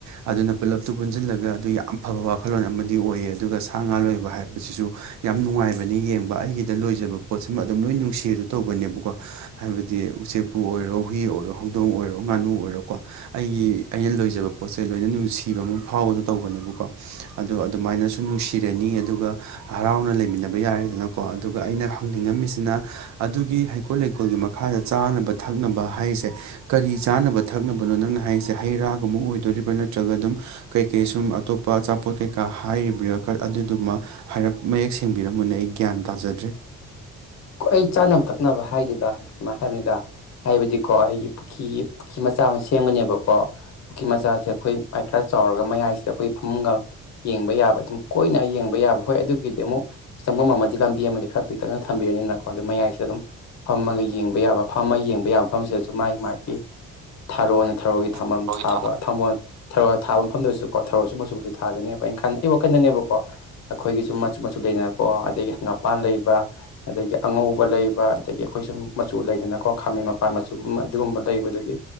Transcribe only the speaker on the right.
ꯑꯗꯨꯅ ꯄꯨꯂꯞꯇꯨ ꯄꯨꯟꯁꯤꯜꯂꯒ ꯑꯗꯨ ꯌꯥꯝ ꯑꯐꯕ ꯋꯥꯈꯜꯂꯣꯟ ꯑꯃꯗꯤ ꯑꯣꯏꯌꯦ ꯑꯗꯨꯒ ꯁꯥ ꯉꯥ ꯂꯣꯏꯕ ꯍꯥꯏꯕꯁꯤꯁꯨ ꯌꯥꯝ ꯅꯨꯡꯉꯥꯏꯕꯅꯤ ꯌꯦꯡꯕ ꯑꯩꯒꯤꯗ ꯂꯣꯏꯖꯕ ꯄꯣꯠꯁꯤꯃ ꯑꯗꯨꯝ ꯂꯣꯏ ꯅꯨꯡꯁꯤꯔꯁꯨ ꯇꯧꯕꯅꯦꯕꯀꯣ ꯍꯥꯏꯕꯗꯤ ꯎꯆꯦꯛꯄꯨ ꯑꯣꯏꯔꯣ ꯍꯨꯏ ꯑꯣꯏꯔꯣ ꯍꯧꯗꯣꯡ ꯑꯣꯏꯔꯣ ꯉꯥꯅꯨ ꯑꯣꯏꯔꯣꯀꯣ ꯑꯩꯒꯤ ꯑꯩꯅ ꯂꯣꯏꯖꯕ ꯄꯣꯠꯁꯦ ꯂꯣꯏꯅ ꯅꯨꯡꯁꯤꯕ ꯑꯃ ꯐꯥꯎꯕꯗꯣ ꯇꯧꯕꯅꯦꯕꯀꯣ ꯑꯣ ꯑꯗꯨꯃꯥꯏꯅꯁꯨ ꯅꯨꯡꯁꯤꯔꯅꯤ ꯑꯗꯨꯒ ꯍꯔꯥꯎꯅ ꯂꯩꯃꯤꯟꯅꯕ ꯌꯥꯔꯦꯗꯅꯀꯣ ꯑꯗꯨꯒ ꯑꯩꯅ ꯍꯪꯅꯤꯡꯉꯝꯃꯤꯁꯤꯅ ꯑꯗꯨꯒꯤ ꯍꯩꯀꯣꯜ ꯂꯩꯀꯣꯜꯒꯤ ꯃꯈꯥꯗ ꯆꯥꯅꯕ ꯊꯛꯅꯕ ꯍꯥꯏꯔꯤꯁꯦ ꯀꯔꯤ ꯆꯥꯅꯕ ꯊꯛꯅꯕꯅꯣ ꯅꯪꯅ ꯍꯥꯏꯔꯤꯁꯦ ꯍꯩ ꯔꯥꯒꯨꯝꯨꯛ ꯑꯣꯏꯗꯣꯔꯤꯕ꯭ꯔꯥ ꯅꯠꯇ꯭ꯔꯒ ꯑꯗꯨꯝ ꯀꯩꯀꯩ ꯁꯨꯝ ꯑꯇꯣꯞꯄ ꯑꯆꯥꯄꯣꯠ ꯀꯩꯀꯥ ꯍꯥꯏꯔꯤꯕ꯭ꯔꯥ ꯑꯗꯨꯗꯨꯃ ꯍꯥꯏꯔꯞ ꯃꯌꯦꯛ ꯁꯦꯡꯕꯤꯔꯝꯕꯅꯤ ꯑꯩ ꯒ꯭ꯌꯥꯟ ꯇꯥꯖꯗ꯭ꯔꯦ
ꯃꯥꯒꯤ
ꯊꯝ